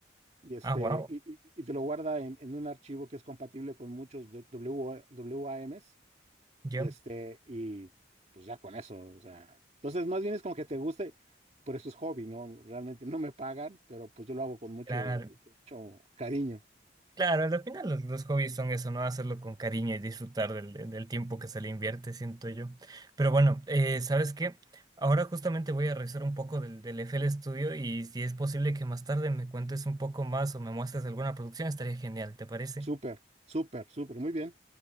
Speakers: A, on the right; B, on the right.
A: Y este
B: Ah, wow.
A: y, y- y te lo guarda en, en un archivo que es compatible con muchos W A WAMs
B: Yo.
A: Y este, y pues ya con eso, o sea, entonces más bien es como que te guste, pero eso es hobby, ¿no? Realmente no me pagan, pero pues yo lo hago con mucho,
B: claro
A: mucho cariño.
B: Claro, al final los, los hobbies son eso, ¿no? Hacerlo con cariño y disfrutar del, del tiempo que se le invierte, siento yo. Pero bueno, eh, ¿sabes qué? Ahora justamente voy a revisar un poco del, del FL Studio y si es posible que más tarde me cuentes un poco más o me muestres alguna producción, estaría genial, ¿te parece?
A: Súper, súper, súper, muy bien.